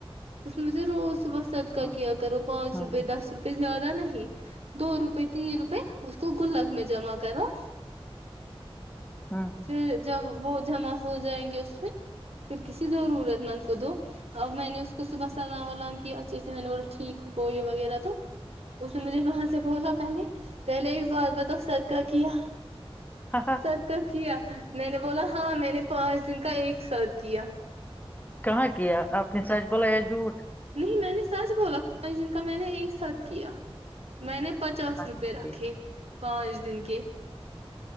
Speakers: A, on the right (about 85°); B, on the left (about 15°).
A: اس میں مجھے روز صبح صدقہ
B: ہاں
A: کیا کرو پانچ
B: ہوں
A: روپئے
B: ہوں
A: دس روپئے زیادہ نہیں دو روپئے تین روپئے اس کو گلک میں جمع کرو
B: ہوں
A: پھر جب وہ جما ہو جائیں گے اس پھر کسی ضرورت مند کو دو اب میں نے اس کو صبح سلام ولام کیا اچھے سے میں نے بول ٹھیک ب یہ وغیرہ تو اس نے مجھے وہاں سے بولا پہلے پہلے ایک بار بتا سدکا کیا
B: ہاں ہاں
A: سد کا کیا میں نے بولا ہاں میں نے پانچ دن کا ایک صدقیہ
B: کہاں کیا آپ نے سچ بلا یا جھوٹ
A: میں نے سچ بولا جن کا میں نے ایک ساتھ کیا میں نے پچاس
B: اچھا
A: روپے رکھے
B: ٹھیک
A: پانچ دن کے